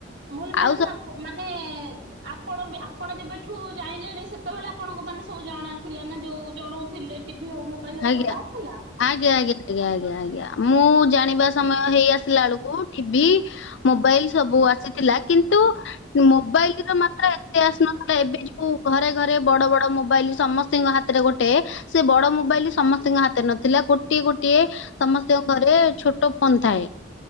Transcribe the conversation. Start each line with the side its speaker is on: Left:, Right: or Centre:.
Right: ମୁଲ ମ୍ୟାଡ
Left: ଆଉ ସବୁ
Right: ଆ ମାନେ ଆ ଆପଣ ବି ଆପଣ ଯେବେଠୁ ଜାଇଲେଣି ସେତେବେଳେ ଆପଣଙ୍କୁ ମାନେ ସବୁ ଜଣା ଥିଲା ନା ଯୋଉ ଜଣଉଥିଲେ ବି ହଉ ମୋବାଇଲ ହଉ
Left: ଆଜ୍ଞା
Right: ସବୁ ଆସିଥିଲା।
Left: ଆଜ୍ଞା ଆଜ୍ଞା ଆଜ୍ଞା ଆଜ୍ଞା ଆଜ୍ଞା ମୁଁ ଜାଣିବା ସମୟ ହେଇ ଆସିଲା ବେଳକୁ ଠିବି ମୋବାଇଲ ସବୁ ଆସିଥିଲା, କିନ୍ତୁ ମୋବାଇଲର ମାତ୍ରା ଏତେ ଆସିନଥିଲା ଏବେ ଯୋଉ ଘରେ ଘରେ ବଡ ବଡ ମୋବାଇଲ ସମସ୍ତିଙ୍କ ହାତରେ ଗୋଟେ, ସେ ବଡ ମୋବାଇଲ ସମସ୍ତିଙ୍କ ହାତରେ ନଥିଲା। ଗୋଟିଏ ଗୋଟିଏ ସମସ୍ତିଙ୍କ ଘରେ ଛୋଟ ଫୋନ ଥାଏ।